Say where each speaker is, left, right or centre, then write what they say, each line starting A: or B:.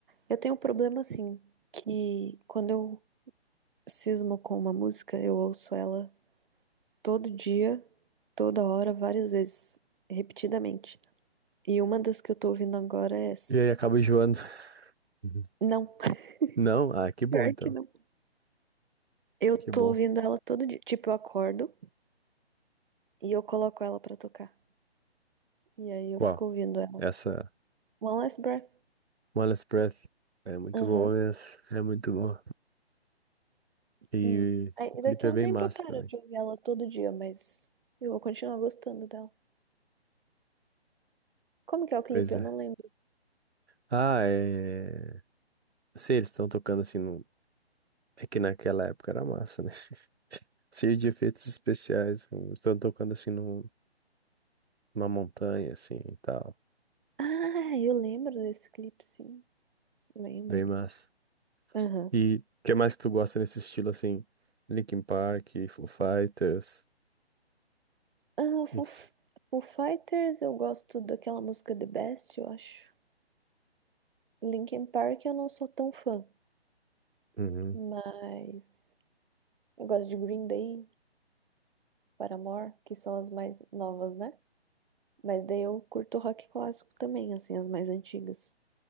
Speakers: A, on the right; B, on the right.
A: Eu tenho um problema assim, que quando eu cismo com uma música, eu ouço ela. todo dia, toda hora, várias vezes, repetidamente. E uma das que eu tô ouvindo agora é essa.
B: E aí acaba enjoando. Uhum.
A: Não, <laughs>
B: Não? Ah, que bom
A: pior
B: então.
A: que não. Eu
B: Que
A: tô
B: bom.
A: ouvindo ela todo dia. Tipo, eu acordo e eu coloco ela pra tocar. E aí eu
B: Qual?
A: fico ouvindo ela.
B: Essa
A: One Last Breath.
B: One Last Breath. É muito
A: Aham,
B: boa mesmo. É muito boa.
A: sim.
B: E
A: Aí
B: o clipe
A: daqui
B: é
A: a
B: bem
A: um tempo
B: massa
A: eu paro
B: também.
A: de ouvir ela todo dia, mas eu vou continuar gostando dela. Como que é o
B: Pois
A: clipe?
B: é.
A: Eu não lembro.
B: Ah, é. Sei, eles estão tocando assim num É que naquela época era massa, né? <laughs> Cheio de efeitos especiais. Estão tocando assim num- numa montanha, assim e tal.
A: Ah, eu lembro desse clipe, sim. Lembro.
B: Bem massa.
A: Aham.
B: E o que mais tu gosta nesse estilo assim? Linkin Park, Foo Fighters.
A: Ah, Foo,
B: Ns-
A: Foo Fighters, eu gosto daquela música The Best, eu acho. Linkin Park eu não sou tão fã,
B: Uhum,
A: mas eu gosto de Green Day, Paramore, que são as mais novas, né? Mas daí eu curto rock clássico também, assim, as mais antigas.